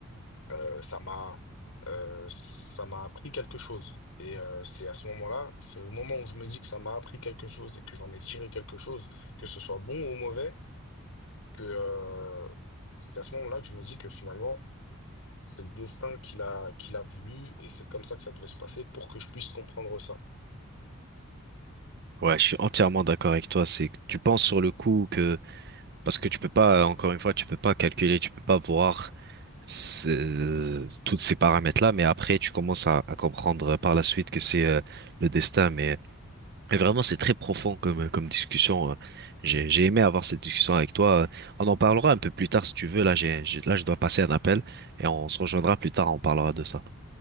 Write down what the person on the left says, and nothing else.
Euh, ça m'a euh, ça m'a appris quelque chose. Et euh, c'est à ce moment-là, c'est au moment où je me dis que ça m'a appris quelque chose et que j'en ai tiré quelque chose, que ce soit bon ou mauvais, que euh, c'est à ce moment-là que je me dis que finalement, c'est le destin qu'il a, qu'il a voulu et c'est comme ça que ça devait se passer pour que je puisse comprendre ça.